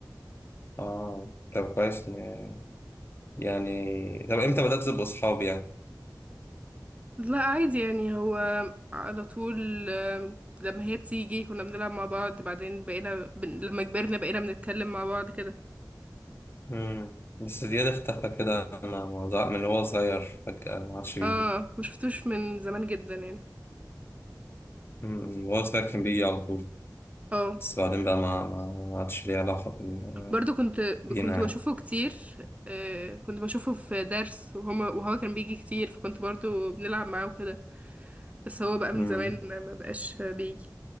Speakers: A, on the left; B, on the right.
A: آه طب كويس إن- يعني طب إمتى بدأت تبقوا صحاب يعني؟
B: لا عادي يعني هو على طول آم، لما هي بتيجي كنا بنلعب مع بعض بعدين بقينا بن... لما كبرنا بقينا بنتكلم مع بعض كده
A: مم. بس دياد اختفى كده أنا موضوع- من هو صغير فجأة ما عادش بيجي
B: اه ما شفتوش من زمان جدا يعني
A: مم. وهو صغير كان بيجي على طول
B: اه
A: بس بعدين بقى ما ما ما عادش ليه علاقة بال-
B: برضو كنت
A: بينا
B: كنت بشوفه
A: يعني.
B: كتير آه كنت بشوفه في درس وهما وهو كان بيجي كتير فكنت برضو بنلعب معاه وكده بس هو بقى
A: مم.
B: من زمان ما بقاش بيجي